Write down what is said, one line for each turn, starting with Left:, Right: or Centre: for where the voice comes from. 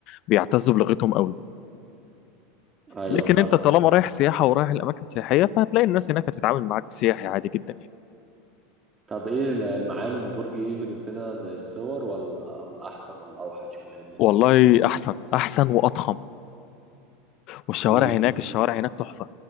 Left: بيعتزوا بلغتهم قوي
Right: ايوه
Left: لكن
Right: فاهمك
Left: انت طالما رايح سياحه ورايح الاماكن سياحيه فهتلاقي الناس هناك هتتعامل معاك سياحي عادي جدا يعني
Right: طب ايه المعالم وبرج ايفل وكده زي الصور ولا ولا احسن ولا اوحش ولا ايه الدنيا
Left: والله احسن احسن واضخم والشوارع
Right: امم
Left: هناك الشوارع هناك تحفه